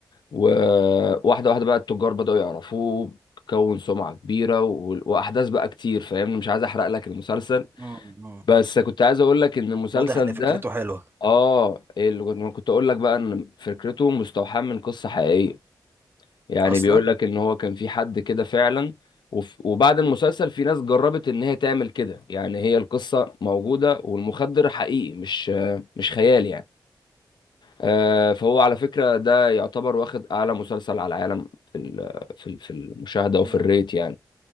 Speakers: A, on the left; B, on the right.
A: وواحدة واحدة بقى التجار بدأوا يعرفوه كون سمعة كبيرة و... وأحداث بقى كتير فاهمني مش عايز أحرق لك المسلسل
B: مم. مم.
A: بس كنت عايز أقول لك إن المسلسل
B: واضح ان فكرته
A: ده
B: حلوة
A: آه اللي كنت كنت أقول لك بقى إن فكرته مستوحاة من قصة حقيقية يعني
B: اصلا
A: بيقول لك ان هو كان في حد كده فعلا وف- وبعد المسلسل في ناس جربت ان هي تعمل كده يعني هي القصة موجودة والمخدر حقيقي مش مش خيال يعني آه، فهو على فكرة ده يعتبر واخد اعلى مسلسل على العالم في ال- في ال- في المشاهدة
B: مم.
A: وفي الريت يعني